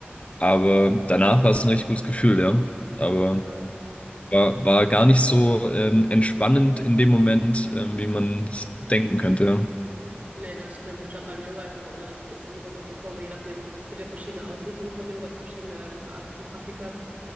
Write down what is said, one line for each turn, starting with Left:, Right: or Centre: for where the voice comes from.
Left: Aber danach war es ein richtig gutes Gefühl, ja. Aber
Right: Ja.
Left: war, war gar nicht so ähm, entspannend in dem Moment, ähm, wie man es denken könnte.
Right: Nee, das stimmt. Ich glaube, beim Yoga ist auch, oder das, was ich zumindest auch mitbekomme, je nachdem, es gibt ja verschiedene Ausrichtungen von Yoga, also verschiedene Arten von Praktikas.